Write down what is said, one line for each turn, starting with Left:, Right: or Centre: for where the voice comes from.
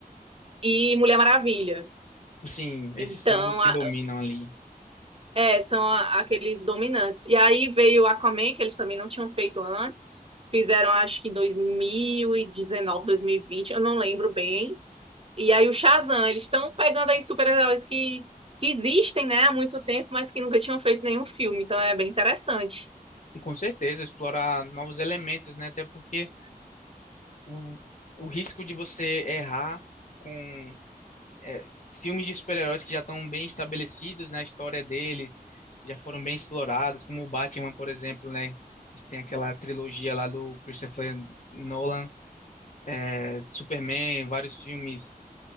Right: e Mulher Maravilha.
Left: Sim, esses
Right: Então,
Left: são os que
Right: a-
Left: dominam ali.
Right: é, são a- aqueles dominantes. E aí veio Aquaman, que eles também não tinham feito antes. Fizeram, acho que em 2019, 2020, eu não lembro bem. E aí o Shazam, eles estão pegando aí super-heróis que, que existem, né, há muito tempo, mas que nunca tinham feito nenhum filme, então é bem interessante.
Left: Com certeza, explorar novos elementos, né? Até porque o, o risco de você errar com é, filmes de super-heróis que já estão bem estabelecidos, né? A história deles já foram bem explorados, como o Batman, por exemplo, né? A gente tem aquela trilogia lá do Christopher Nolan, é, Superman, vários filmes,